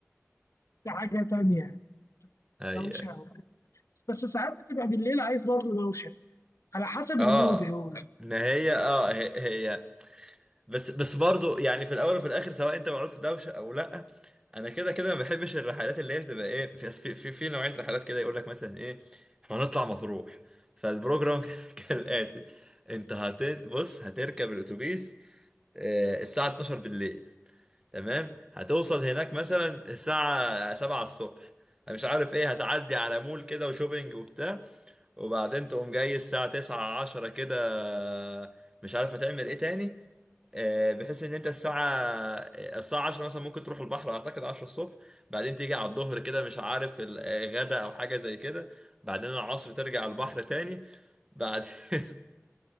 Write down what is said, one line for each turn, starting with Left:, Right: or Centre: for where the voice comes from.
Left: دي حاجة تانية يعني
Right: اي
Left: دوشة
Right: اي
Left: أو كده. بس ساعات بتبقى بالليل عايز برضه دوشة على حسب
Right: اه
Left: المود هو
Right: ما هي اه هي, هي بس بس برضو يعني في الاول وفي الاخر سواء انت مع نص دوشه او لا انا كده كده ما بحبش الرحلات اللي هي بتبقى ايه في في في, في نوعيه رحلات كده يقول لك مثلا ايه احنا هنطلع مطروح فالبروجرام <laughs> كالاتي انت هت بص هتركب الاتوبيس آه، الساعه 12 بالليل تمام هتوصل هناك مثلا الساعه 7 الصبح مش عارف ايه هتعدي على مول كده وشوبينج وبتاع وبعدين تقوم جاي الساعة تسعة عشرة كده مش عارف هتعمل ايه تاني آه، بحيث ان انت الساعة آه، الساعة عشرة مثلا ممكن تروح البحر اعتقد عشرة الصبح بعدين تيجي على الظهر كده مش عارف الغدا او حاجة زي كده بعدين العصر ترجع البحر تاني بعد <laughs>